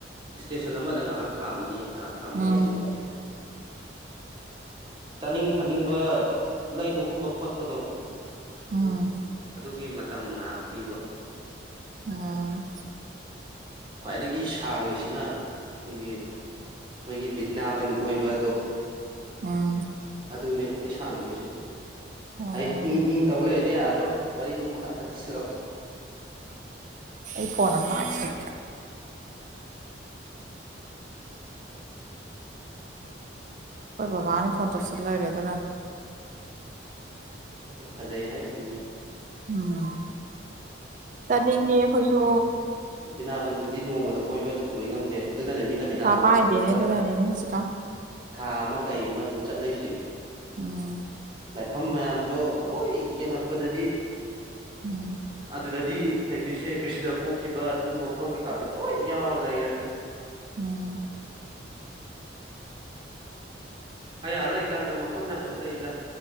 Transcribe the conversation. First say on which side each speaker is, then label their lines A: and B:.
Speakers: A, on the right; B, on the right.
A: ꯏꯁꯇꯦꯁꯟ ꯑꯃꯗ ꯉꯥꯍꯥꯛ ꯈꯥꯝꯃꯅꯤ ꯉꯥꯍꯥꯛ ꯈꯥꯝꯃꯒ
B: ꯎꯝ
A: ꯑꯃꯨꯛ ꯆꯥꯅꯤꯡ ꯊꯛꯅꯤꯡꯕ ꯂꯩꯕ ꯀꯨꯝꯕ ꯈꯣꯠꯄꯗꯣ
B: ꯎꯝ
A: ꯒꯤ ꯃꯇꯝ ꯉꯥꯍꯥꯛ ꯄꯤꯕ
B: ꯑ
A: ꯈ꯭ꯋꯥꯏꯗꯒꯤ ꯁꯥꯡꯉꯤꯁꯤꯅ ꯑꯈꯣꯏꯒꯤ ꯃꯣꯏꯒꯤ ꯕꯤꯅꯥꯕꯟ ꯀꯣꯏꯕꯗꯣ
B: ꯎꯝ
A: ꯑꯗꯨꯅꯤ ꯈ꯭ꯋꯥꯢ ꯁꯥꯡꯗꯣꯏꯁꯦ
B: ꯑꯣ
A: ꯑꯩ ꯎꯝ ꯎꯝ ꯇꯧ ꯂꯩꯗꯤ ꯌꯥꯔꯔꯣꯏ ꯋꯥꯔꯤꯗꯨ ꯃꯈꯥ ꯈꯔ ꯇꯥꯁꯤꯜꯂꯛꯎ
B: ꯑꯩ ꯀꯣꯟ ꯑꯃ ꯂꯥꯛꯁꯟ ꯑꯈꯣꯏ ꯕꯕꯥꯅ ꯐꯣꯟ ꯇꯧꯁꯤꯟ ꯂꯩꯔꯦ ꯑꯗꯨꯢꯅꯦ
A: ꯎ ꯐꯖꯩ ꯍꯥꯏꯁꯤꯅꯤ
B: ꯎꯝ ꯆꯠꯅꯤꯡꯉꯦ ꯑꯈꯣꯏꯁꯨ
A: ꯄꯤꯅꯥꯕꯟꯗꯨꯗꯤ ꯅꯣꯡꯃꯗ ꯀꯣꯏꯕ ꯂꯣꯏ ꯉꯝꯗꯦꯕ ꯑꯗꯨꯅꯅꯦ ꯃꯤꯅ ꯕꯤꯅꯥꯕꯟ
B: ꯄꯩꯁꯥ ꯄꯥꯏꯗꯦꯅꯦ
A: ꯆꯠꯄꯗꯒ
B: ꯑꯗꯨꯅꯅꯤꯅꯦ ꯍꯧꯖꯤꯛꯀꯥꯟ
A: ꯊꯥ ꯑꯃ ꯀꯩ ꯑꯃ ꯑꯗꯨꯝ ꯆꯠꯅꯩꯁꯦ
B: ꯑ
A: ꯂꯥꯏꯐꯝ ꯃꯌꯥꯝꯗꯣ ꯂꯣꯏ ꯌꯦꯡꯉꯛꯄꯗꯗꯤ
B: ꯎꯝ
A: ꯑꯗꯨꯗꯗꯤ ꯂꯩꯗꯣꯏꯁꯦ ꯀ꯭ꯔꯤꯁꯅ ꯄꯣꯛꯈꯤꯕ ꯑꯗꯨ ꯃꯐꯝ ꯀꯩꯀꯥꯗꯣ ꯂꯣꯏ ꯌꯥꯎꯔ ꯂꯩꯔꯅꯤ
B: ꯑꯣ
A: ꯑꯩ ꯑꯥ ꯂꯩꯀꯥꯟꯗ ꯃꯐꯝ ꯌꯥꯝ ꯆꯠꯂꯛꯏꯗ